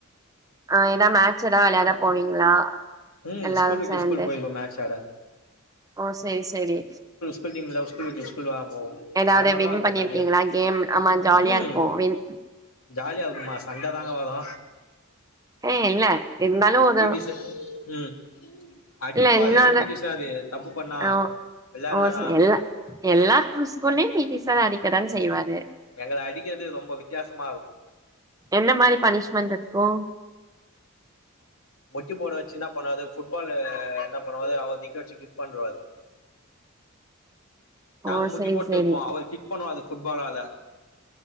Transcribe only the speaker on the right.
ஆ ஏதா மேட்ச் எதாது வெளையாட போவீங்களா
எல்லாரு
சேர்ந்து
ஓ சேர் சேரி
ஏதாவது
வின்
பண்ணிர்க்கீங்களா
கேம் ஆமா ஜாலியா
இருக்கு வின்
ஹே இல்ல இருந்தாலு ஒரு
இல்ல இன்னொரு
ஓ
ஓ எல்லா எல்லா ஸ்கூல்லயு பீ டி சார் அடிக்கதா செய்வாரு
என்ன மாரி பனிஷ்மெண்ட் இருக்கு
<inaudible>
சேரி
சேரி